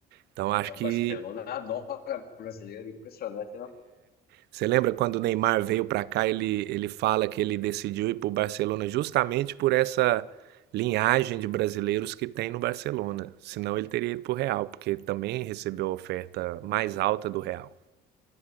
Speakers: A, on the right; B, on the left.
A: Então acho
B: É, o Barcelona
A: que
B: adora brasileiro, impressionante, né?
A: Você lembra quando o Neymar veio para cá, ele, ele fala que ele decidiu ir para o Barcelona justamente por essa linhagem de brasileiros que tem no Barcelona. Senão ele teria ido para o Real, porque também recebeu a oferta mais alta do Real.